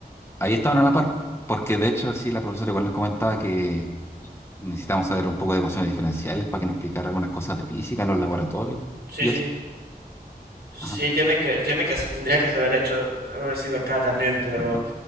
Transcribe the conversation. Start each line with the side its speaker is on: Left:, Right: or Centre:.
Left: ahí estaban a la par, porque de hecho sí, la profesora igual nos comentaba que necesitamos saber un poco de ecuaciones diferenciales para que nos explicara algunas cosas de física en los laboratorios
Right: sí,
Left: y
Right: sí.
Left: eso.
Right: Sí,
Left: Ajá,
Right: tiene que, tiene que, se tendría que haber hecho, haber sido acá también, pero
Left: ajá.